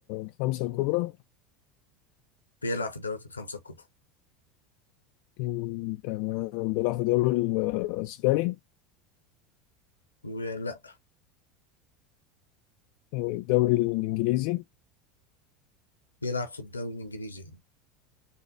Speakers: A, on the left (about 55°); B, on the left (about 80°).
A: الخمسة الكبرى
B: بيلعب في الدوريات الخمسة الكبرى
A: مم، تمام بيلعب في الدوري الأسباني
B: لا
A: الدوري الإنجليزي
B: بيلعب في الدوري الانجليزي يعني.